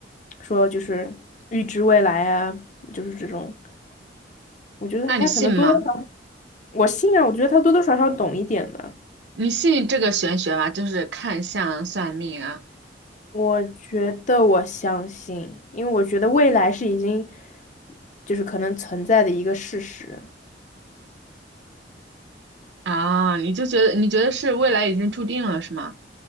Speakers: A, on the left; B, on the right.
A: 说就是预知未来啊，就是这种。我觉得他可能多多少少，
B: 那你信吗？
A: 我信啊，我觉得他多多少少懂一点的。
B: 你信这个玄学吗？就是看相、算命啊
A: 我觉得我相信，因为我觉得未来是已经就是可能存在的一个事实。
B: 啊！你就觉得你觉得是未来已经注定了是吗？